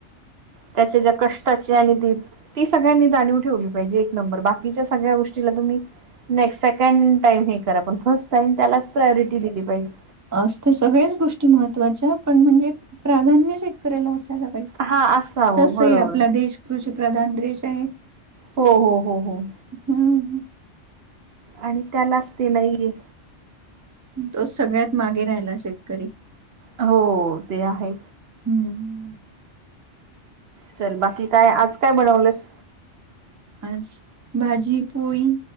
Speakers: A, on the right; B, on the right.
A: त्याच्या ज्या कष्टाचे आणि ती सगळ्यांनी जाणीव ठेवली. पाहिजे. एक नंबर बाकीच्या सगळ्या गोष्टीला तुम्ही ने सेकंड टाईम हे करा पण फर्स्ट टाईम त्यालाच प्रायोरिटी दिली पाहिजे.
B: अस ते सगळ्याच गोष्टी महत्त्वाच्या पण म्हणजे. प्राधान्य शेतकऱ्याला असायला पाहिजे.
A: हा असावं
B: तस
A: बरोबर
B: ही आपला देश कृषीप्रधान देश आहे.
A: हो हो. हो. हो
B: हम्म.
A: आणि त्यालाच ते नाहीय
B: तो सगळ्यात मागे राहिला शेतकरी.
A: हो. ते आहे.
B: हम्म.
A: चल बाकी काय आज काय म्हणवलंस
B: आज. भाजी पोळी.